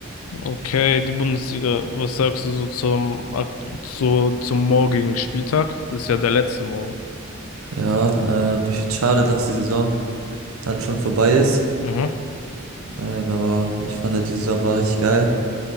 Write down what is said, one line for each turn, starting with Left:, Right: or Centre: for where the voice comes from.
Left: Okay, die Bundesliga. Was sagst du so zum, ak- so zum morgigen Spieltag? Das ist ja der letzte Morgen.
Right: Ja, ähm, ich find's schade, dass die Saison dann schon vorbei ist.
Left: Mhm.
Right: Ähm, aber ich fand, ja, die Saison war richtig geil,